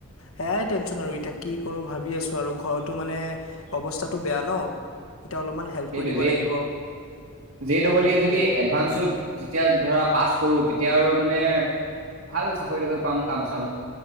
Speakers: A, on the left (about 80°); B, on the right (about 75°).
A: সেয়াই টেনচন আৰু এতিয়া কি কৰো ভাবি আছো আৰু ঘৰতো মানে অৱস্থাতটো বেয়া ন। এতিয়া অলপমান- হেল্প
B: সেইটো
A: কৰি দিব
B: জে,
A: লাগিব
B: জে ডবল
A: সেইটোৱে
B: ই যদি এডভাঞ্চো- যেতিয়া ধৰা পাছ কৰোঁ তেতিয়া আৰু মানে- ভাল চাকৰি তাকৰি পাম কাম চাম,